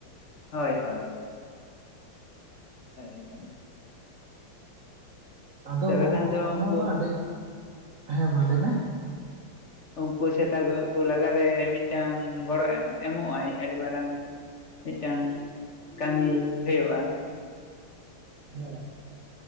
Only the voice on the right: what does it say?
ᱟᱫᱚ
ᱚᱱᱟ
ᱢᱟ ᱟᱹᱰᱤ ᱦᱮᱸ ᱢᱟ ᱞᱟᱹᱭ ᱢᱮ᱾
<inaudible>